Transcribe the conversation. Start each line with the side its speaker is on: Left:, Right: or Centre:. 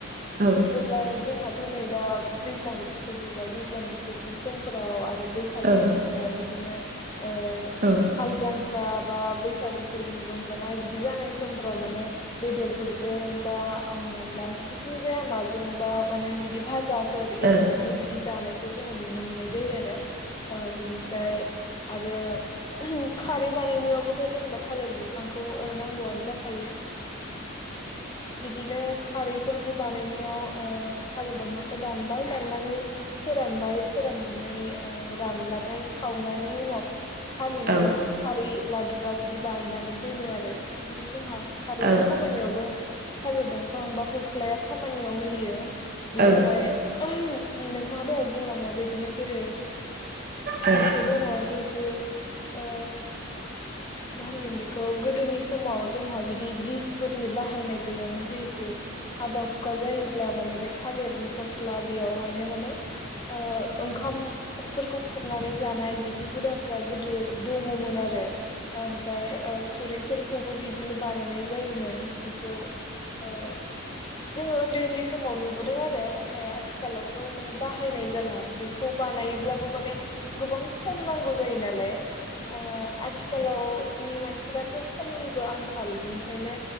Right: औ
Left: जेब्लाय जोंनाथ' नै दा दैज्लां बो थोर सौफैबाय दैज्लां बोथोर नि समफोराव आरो बैसागु
Right: ओ
Left: समफोराव बिदिनो ओ
Right: ओ
Left: हाल जांख्रा बा बैसागु फोरबोनि रंजानाय बिदि जानाय समफोराव माने बेदरफोरजों बा हमनानै ला जि खुनुजाया मा जोंबा माने बिदि भाजाफोर
Right: ओ
Left: एवनानै बिदि जानायखौ नुनो मोननाय जायो आरो। ओ बिनिफ्राय आरो खारै बानायनायावबोथ' जेनेबा थालिर बिफांखौ ओ नांगौआनो जाखायो ओ बिदिनो खारैफोरबो बानायनायाव ओ थालिर दंफांखौ दानबाय दाननानै फो रान बाय फोरनानै ओ रानब्लाथाय सा सावना नै उनाव सालिनानै
Right: औ
Left: बिदि खारै लादुरा बि- बिदि बानायनानै दोनो आरो बिदिनो जोंहा खारैनि
Right: औ
Left: खामानियावबो थालिर दंफां बा फस्लाया खामानियाव होयो।
Right: औ
Left: बिनिफाय
Right: औ
Left: नोंथाङाथ' बुंलांनाय बायदिनो जेरै
Right: औ
Left: मोनसे दङ जिहेतु ओ मा होनगोन बेखौ गोदोनि समाव जोंहा बिदि दिस फोरनि बाहायनाय गैयामोन जिहेथु हाबा हुखा जायोब्ला माने बे- थालिरनि फस स्ला बेयावहायनो माने ओ ओंखामफोरखौ खुरनानै जानाय बिदि हुदाफ्रा गोदो दङमोन आरो। ओ ओमफ्राय खुरैफोरखौबो बेजोंनो बानायनाय जायोमोन बिदिखौ ओ जोङो उन्दै उन्दै समाव नुबोदों आरो थाया आथि खालावथ' माने बा नाय जाला बेखौ बानायोब्लाबो माने गुबुन सम नां गौ जायो नालाय ओ आथिखालाव नि मानसिफ्राथ' समनिबो आंखाल बिनिखायनो